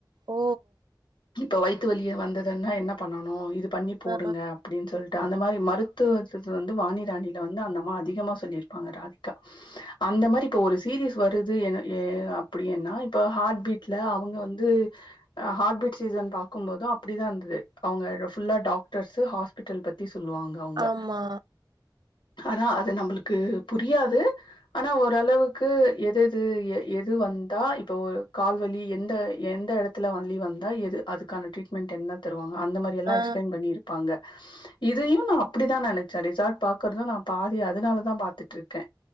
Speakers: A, on the right; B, on the left.
A: ஓ
B: இப்போ வயித்து வலியே வந்ததுனா என்ன பண்ணணு இது பண்ணி போடுங்க
A: ஆ
B: அப்புடின் சொல்ட்டு அந்த மாரி மருத்துவ இதுது வந்து வாணிராணில வந்து அந்த அம்மா அதிகமா சொல்லிருப்பாங்க ராதி க அந்த மாரி இப்ப ஒரு சீரீஸ் வருது என ஏ அப்புடினா இப்ப ஹார்ட்பீட்ல அவுங்க வந்து அ ஹார்ட்பீட் சீசன் பாக்கு போது அப்புடிதா இருந்தது அவுங்க ஃபுல்லா டாக்டர்சு ஹாஸ்பிட்டல் பத்தி சொல்லுவாங் அவுங்க
A: ஆமா
B: ஆனா அது நம்மளுக்கு புரியாது ஆனா ஓரளவுக்கு எது எது ஏ எது வந்தா இப்ப ஒரு கால்வலி எந்த எந்த எடத்துல வலி வந்தா எது அதுக்கான ட்ரீட் மென்ட் என்ன தருவாங்க அந்த மாரியெல்ல
A: ஆ
B: எஸ்பிளைன் பண்ணி இருப்பாங்க இதையு நா அப்புடித நெனச்சே ரிசார்ட் பாக்குறது நா பாதி அதுனாலத பாத்துட்டுருக்கே